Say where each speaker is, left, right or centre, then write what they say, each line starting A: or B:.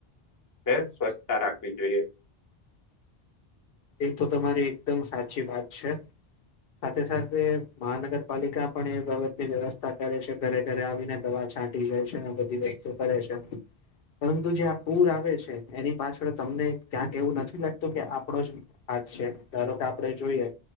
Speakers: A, on the left; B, on the left.
A: <inaudible> સ્વસ તા રાખવી જોઈએ.
B: એ તો તમારી એકદમ સાચી વાત છે. સાથે સાથે મહાનગરપાલિકા પણ એ બાબતની વ્યવસ્થા કરે છે. ઘરે ઘરે આવીને દવા છાંટી જાય છે, ને બધી વસ્તુ કરે છે. પરંતુ જે આ પૂર આવે છે, એની પાછળ તમને ક્યાંક એવું નથી લાગતું કે આપણો જ આજ છે? ધારો કે આપડે જોઈએ